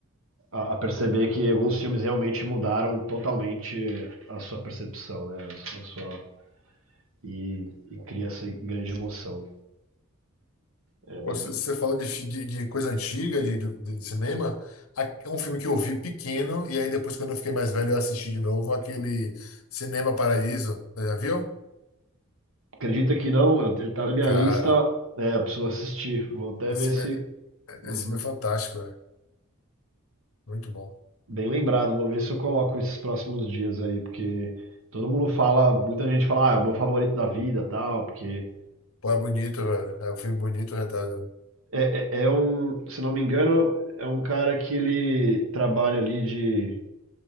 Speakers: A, on the right; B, on the left.
A: a, a perceber que alguns filmes realmente mudaram totalmente a sua percepção, né? A, a sua, e, e cria essa grande emoção. É bem.
B: Ou se- Você falou de, fi- de, de coisa antiga, de, de- de cinema. A- É um filme que eu vi pequeno, e aí depois, quando eu fiquei mais velho, eu assisti de novo aquele Cinema Paraíso. Já viu?
A: Acredita que não? eu- Ele tá na minha
B: Cara,
A: lista. É, eu preciso assistir. Vou até
B: esse
A: ver
B: filme
A: se.
B: é,
A: Uhum.
B: esse filme é fantástico, Muito bom.
A: Bem lembrado, vou ver se eu coloco esses próximos dias aí, porque todo mundo fala, muita gente fala, ah, é o meu favorito da vida, tal, porque
B: Pô, é bonito, velho. É um filme bonito, retado.
A: É, é, é um, se não me engano, é um cara que ele trabalha ali de